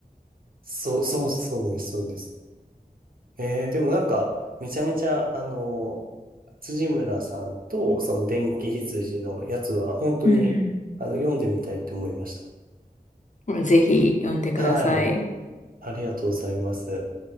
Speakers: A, on the right; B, on the left.
A: そう、そう、そうです、そうです。えー、でもなんか、めちゃめちゃ、あの、辻村さんと、その電気羊のやつは、本当に、
B: うん
A: あの、読んでみたいと思いました。
B: うん。ぜひ読んでください。
A: はい。ありがとうございます。